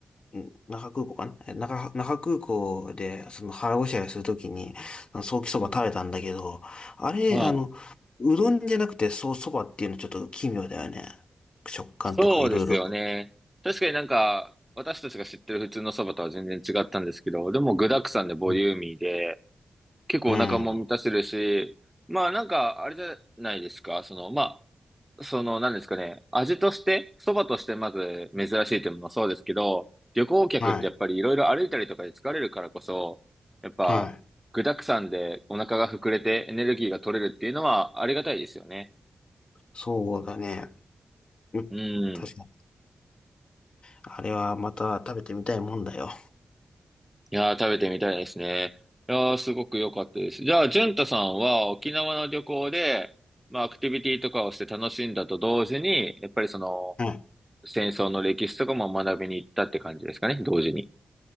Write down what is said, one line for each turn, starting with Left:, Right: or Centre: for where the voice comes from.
Left: ん那覇空港かなえ那覇、那覇空港で、その腹ごしらえするときに、ソーキそば食べたんだけど、
Centre: うん。
Left: あれ、
Centre: はい。
Left: あの、うどんじゃなくてソーそばっていうのちょっと奇妙だよね。食感とかいろいろ。
Centre: そうですよね。確かになんか、私たちが知ってる普通のそばとは全然違ったんですけど、でも具沢山でボリューミーで、
Left: う
Centre: 結構お腹も満たせるし、
Left: ん。
Centre: まあなんか、あれじゃないですか、その、まあ、その、なんですかね、味として、そばとしてまず珍しいというものもそうですけど、旅行客ってやっぱりいろいろ歩いたりとかで疲れるからこそ、
Left: はい。
Centre: やっぱ、
Left: はい。
Centre: 具沢山でお腹が膨れてエネルギーが取れるっていうのはありがたいですよね。
Left: そうだね。うん確かに。
Centre: うん。
Left: あれはまた食べてみたいもんだよ。
Centre: いやー、食べてみたいですね。いやー、すごく良かったです。じゃあ、淳太さんは沖縄の旅行で、まあ、アクティビティとかをして楽しんだと同時に、やっぱりその、
Left: はい。
Centre: 戦争の歴史とかも学びに行ったって感じですかね、同時に。